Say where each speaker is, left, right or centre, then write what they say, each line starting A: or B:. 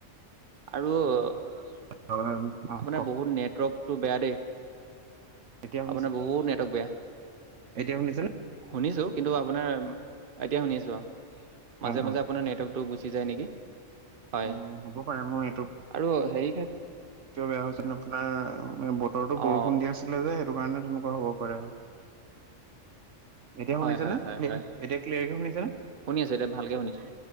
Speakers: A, on the right (about 45°); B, on the right (about 70°).
A: আৰু আপোনাৰ
B: হয় হয় অ কওক
A: বহুত নেটৱৰ্ক টো বেয়া দেই
B: এতিয়া শুনিছে
A: আপোনাৰ বহুত নেটৱৰ্ক বেয়া
B: এতিয়া শুনিছে
A: শুনিছো কিন্তু আপোনাৰ এতিয়া শুনিছো মাজে
B: অ অ
A: মাজে আপোনাৰ নেটৱৰ্কতো গুচি যায় নেকি হয়
B: অ হ'ব পাৰে মই
A: আৰু হেৰি হে
B: কিয় বেয়া হৈছিল আপোনাৰ বতৰতো বৰষুণ
A: অ অ
B: দি আছিলে যে সেইটো কাৰণে তেনেকুৱা হ'ব পাৰে এতিয়া
A: হয়
B: শুনিছেনে
A: হয়
B: এতিয়া
A: হয় হয়
B: ক্লিয়াৰকে শুনিছে নে
A: শুনি আছো এতিয়া ভালকে শুনিছো